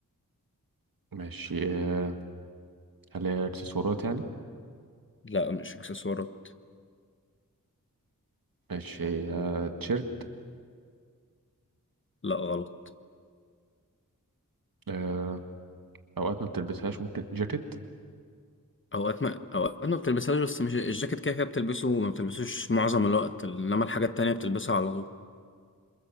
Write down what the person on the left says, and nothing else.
لا مش اكسسوارات
لا غلط
اوقات ما اوقات ما بتلبسهاش بس مش الجاكيت كده كده بتلبسه وما بتلبسوش معظم الوقت انما الحاجات التانية بتلبسها على طول